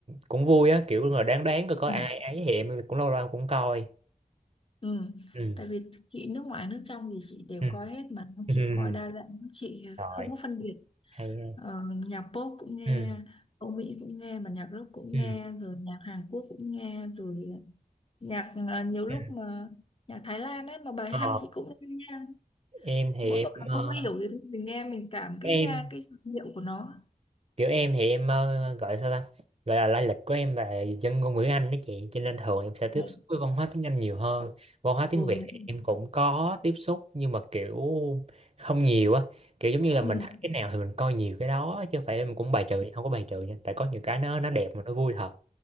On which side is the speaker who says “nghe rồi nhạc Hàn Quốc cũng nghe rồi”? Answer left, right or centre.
Left